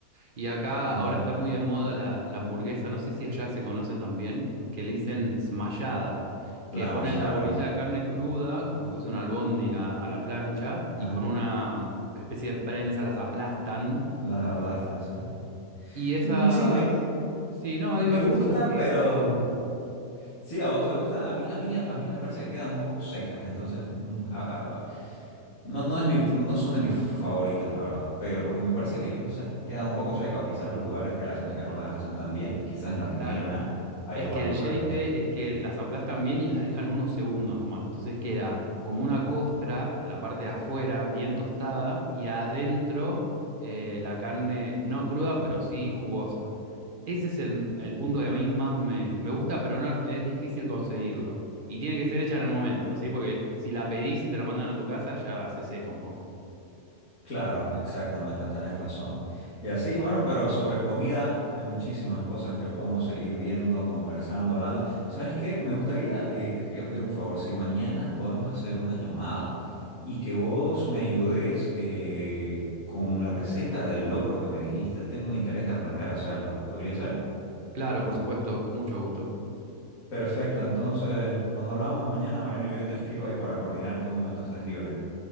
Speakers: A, on the right; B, on the left.
A: Y acá
B: Entonces,
A: ahora está muy de moda la, la hamburguesa, no sé si allá se conoce también, que le dicen smashada,
B: la
A: que ponen
B: machada,
A: la bolita
B: sí.
A: de carne cruda, como si fuese una albóndiga a la plancha,
B: Ajá.
A: y con una
B: Y
A: especie de prensa las aplastan.
B: las aplastan, o
A: Y esas,
B: Mm, Sí, me,
A: sí, no, digo,
B: me
A: esas
B: gusta,
A: son las que
B: pero...
A: más me gustan.
B: Sí, a vos te gusta. A mí, a mí, a, mí me parece que quedan un poco secas. Entonces, mm, a- a- a- no, no es mi, no son de mis favoritas, la verdad. Pero porque me parece que, no sé, quedan un poco secas. O quizás los lugares que la hacen acá no las hacen tan bien. Quizás en Argentina
A: Claro.
B: haya
A: Es
B: buenos
A: que el
B: lugares,
A: yeite
B: no sé.
A: es que las aplastan bien y las dejan unos segundos nomás. Entonces queda como una costra de la parte de afuera bien tostada y adentro eh, la carne no cruda, pero sí jugosa. Ese es el, el punto que a mí más me, me gusta, pero no es difícil conseguirlo. Y tiene que ser hecha en el momento, ¿sí? Porque si la pedís y te la mandan a tu casa, ya se seca un poco.
B: Claro, exactamente, tenés razón. Y así, bueno, pero sobre comida hay muchísimas cosas que podemos seguir viendo, conversando, hablando. ¿Sabes qué? Me gustaría, y te quería pedir un favor, si mañana podemos hacer una llamada y que vos me ayudes eh, con la receta del locro que me dijiste, tengo interés de aprender a hacerlo. ¿Podría ser?
A: Claro, por supuesto, con mucho gusto.
B: Perfecto, entonces nos hablamos mañana, Mariano, y yo te escribo ahí para coordinar en qué momento estás libre.